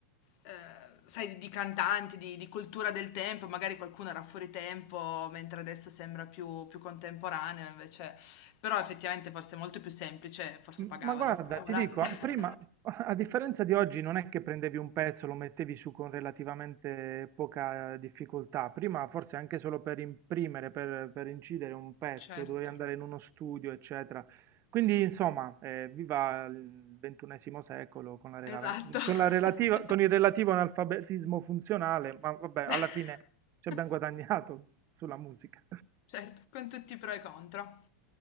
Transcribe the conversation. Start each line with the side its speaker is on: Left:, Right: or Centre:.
Left: eh, sai, di, di cantanti, di, di cultura del tempo. Magari qualcuno era fuori tempo, mentre adesso sembra più, più contemporaneo, invece. Però effettivamente forse è molto più semplice, forse
Right: M-
Left: pagavano.
Right: Ma guarda, ti
Left: Voilà.
Right: dico,
Left: <laughs>
Right: a- prima, <laughs> a differenza di oggi, non è che prendevi un pezzo, lo mettevi su con relativamente poca eh, difficoltà. Prima, forse anche solo per imprimere, per, per incidere un pezzo,
Left: Certo,
Right: dovevi andare in uno studio, eccetera. Quindi, insomma, eh, viva il ventunesimo secolo con la rela-
Left: esatto. <laughs>
Right: con la relativa- con il relativo analfabetismo funzionale, ma vabbè, alla
Left: <laughs>
Right: fine ci abbiamo guadagnato sulla musica.
Left: Certo, con tutti i pro e contro.